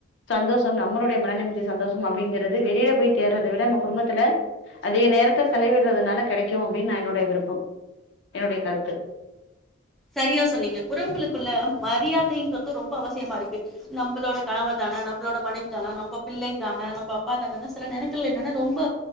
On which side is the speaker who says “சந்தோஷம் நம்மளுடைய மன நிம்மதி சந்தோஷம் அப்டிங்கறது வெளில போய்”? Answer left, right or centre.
Left